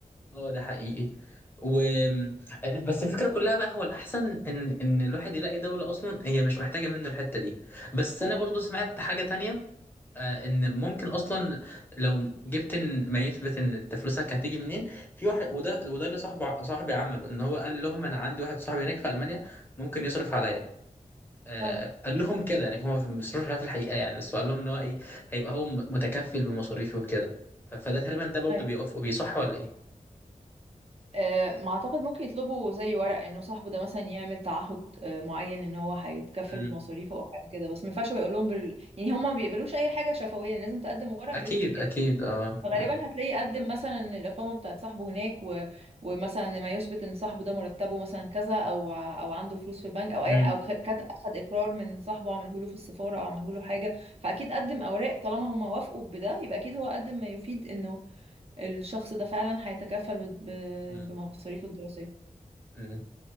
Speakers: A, on the left (about 15°); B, on the right (about 50°).
A: اه ده حقيقي و بس الفكرة كلها بقى هو الأحسن إن إن الواحد يلاقي دولة أصلا هي مش محتاجة منه الحتة دي بس أنا برضو سمعت حاجة تانية آه، ان ممكن اصلا لو جبت إن ما يثبت ان انت فلوسك هتيجي منين في واحد وده وده اللي صاحبه صاحبي عمله ان هو قال لهم انا عندي واحد صاحبي هناك في المانيا ممكن يصرف عليا آه
B: اه
A: قال لهم كده يعني هو ما بيصرفش عليا في الحقيقه يعني بس هو قال لهم ان هو ايه هيبقى هو م- متكفل بمصاريفي وكده ف- فده تقريبا ده برضو
B: اه
A: بيوافقوا بيه صح ولا ايه؟
B: آه، ما اعتقد ممكن يطلبوا زي ورق انه صاحبه ده مثلا يعمل تعهد آه، معين ان هو هيتكفل
A: مم.
B: مصاريفه او حاجه كده بس ما ينفعش هو يقول لهم بال... يعني هم ما بيقبلوش اي حاجه شفويه لازم تقدم ورق
A: اكيد
B: بيثبت كده
A: اكيد اه
B: فغالبا
A: مم.
B: هتلاقيه قدم مثلا إن الاقامه بتاعت صاحبه هناك و... ومثلا ما يثبت ان صاحبه ده مرتبه مثلا كذا او ع- او عنده فلوس في البنك او
A: مم.
B: اي ح- او خ- كت... اخد اقرار من صاحبه عمله له في السفاره او عمله له حاجه فاكيد قدم اوراق طالما هم وافقوا بده يبقى اكيد هو قدم ما يفيد انه الشخص ده فعلا هيتكفل ب- ب-
A: مم.
B: بمصاريفه الدراسية
A: مم.